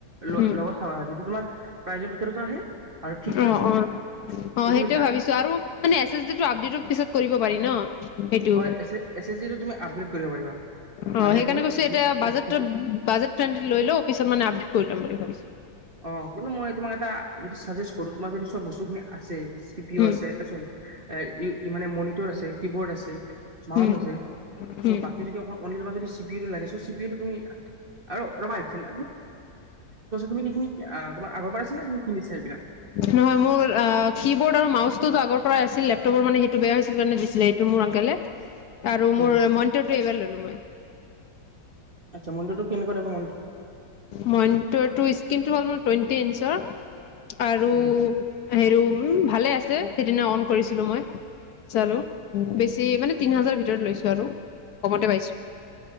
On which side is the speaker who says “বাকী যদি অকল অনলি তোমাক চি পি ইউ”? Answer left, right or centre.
Right